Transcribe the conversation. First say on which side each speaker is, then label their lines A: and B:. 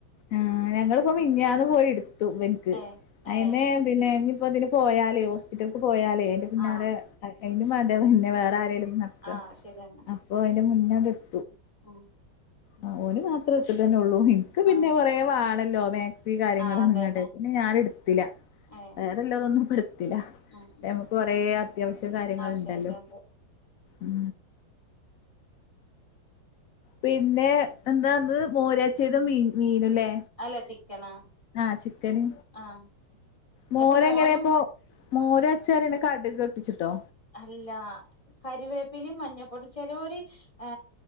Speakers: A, on the left (about 70°); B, on the left (about 15°).
A: ആ ഞങ്ങളിപ്പോ മി ഞ്ഞാന്ന് പോയി എ തുവി ക്ക്
B: ഏഹ്
A: അയിനെ
B: ഏഹ്
A: പിന്നെ അപ്പ അതിന് പോയാലെ ഹോസ്പിറ്റലക്ക് പോയാലേ എ ന്റെ പിന്നാല
B: ആഹ്
A: എ തിന്റെ മ ട പിന്നെ വേറെ ആരേലും ന ക്ക
B: ആഹ് ശരിയെന്നാ
A: അപ്പൊ എന്റെ മുന്നടോ ശ്
B: ഉം
A: ആ ഒ രു മാത്രമ തന്നെ ഉള്ളൂ നിക്ക് പിന്നെ
B: ആഹ്
A: കൊറേ വാണല് ലോമാക് ഈ കാര്യങ്ങൾ
B: ആഹ്
A: ഇറങ്ങട്ടെ
B: അതന്നെ
A: പിന്നെ ഞാനെടുത്തില്ല
B: ഏഹ്
A: വേറെല്ലാതോന്നും തില
B: ഉം ഉം
A: മക്ക് കൊറെ അത്യാവശ്യ കാര്യങ്ങൾണ്ടല്ലോ
B: അവശേഷണ്ട്
A: ഉ പിന്നെ എന്താന്ന് മോരാച്ച്ത മീൻ മീനല്ലേ
B: അല്ല ചിക്കനാ
A: ആ ചിക്കന്
B: ആഹ്
A: മോര
B: ഇപ്പൊ മോനും
A: എങ്ങനെയപ്പോ മോരച്ചാറും ഇതോട്ടിച്ചിട്ടോ
B: അല്ല കറിവേപ്പിലയും മഞ്ഞപ്പൊട്ടും ചെലോരു ആ